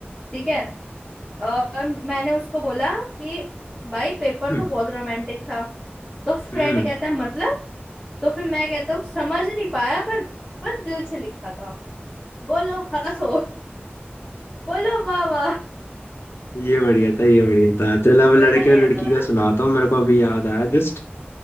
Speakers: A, in the centre; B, on the left.
A: ठीक है और मैंने उसको बोला कि भाई पेपर
B: हम्म
A: तो बहुत रोमांटिक था तो फ्रेंड
B: हम्म,
A: कहता है मतलब तो फिर मैं कहता हूँ समझ नहीं पाया पर पर दिल से लिखा था बोलो हंसो बोलो वाह वाह
B: ये बढ़िया था ये बढ़िया था चल अब लड़के
A: है ना ये
B: और लड़की
A: अच्छा था
B: का
A: ना
B: सुनाता हूँ मेरे को अभी याद आया जस्ट